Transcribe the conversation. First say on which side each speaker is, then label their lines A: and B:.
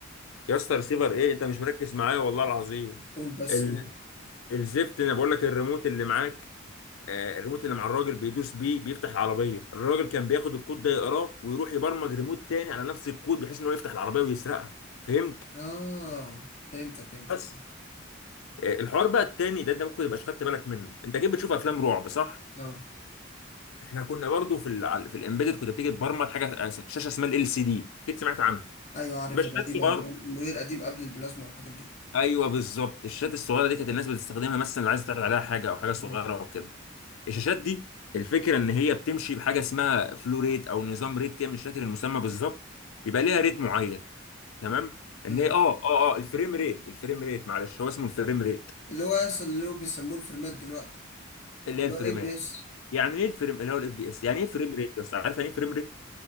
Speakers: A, on the left (about 80°); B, on the left (about 35°).
A: يا اسطى ريسيفر ايه انت مش مركز معايا والله العظيم
B: قول بس
A: ال...
B: قول
A: الزفت انا بقول لك الريموت اللي معاك آه الريموت اللي مع الراجل بيدوس بيه بيفتح العربيه الراجل كان بياخد الكود ده يقراه ويروح يبرمج ريموت تاني على نفس الكود بحيث ان هو يفتح العربيه ويسرقها فهمت
B: اه فهمتك فهمتك
A: بس آه الحوار بقى التاني ده انت ممكن تبقاش خدت بالك منه انت اكيد بتشوف افلام رعب صح
B: اه
A: احنا كنا برضو في ال... على- في الامبيدد كنت بتيجي تبرمج حاجه آه، شاشه اسمها ال سي دي اكيد سمعت عنها
B: ايوه عارفها
A: تبقى شاشات
B: دي قديمة
A: صغيره
B: قديم موديل قديم قبل البلازما والحاجات دي
A: ايوه بالظبط الشاشات الصغيره دي كانت الناس بتستخدمها مثلا اللي عايز تعرض عليها حاجه او حاجه صغيره
B: مم.
A: وكده الشاشات دي الفكره ان هي بتمشي بحاجه اسمها فلو ريت او نظام ريت كده مش فاكر المسمى بالظبط بيبقى ليها ريت معين تمام ان
B: مم.
A: هي اه اه اه الفريم ريت الفريم ريت معلش هو اسمه الفريم ريت
B: اللي هو يصل اللي هو بيسموه الفريمات دلوقتي
A: اللي
B: اللي
A: هي الفريمات
B: هو اف بي اس
A: يعني ايه الفريم اللي هو الاف بي اس يعني ايه فريم ريت بس عارف يعني ايه فريم ريت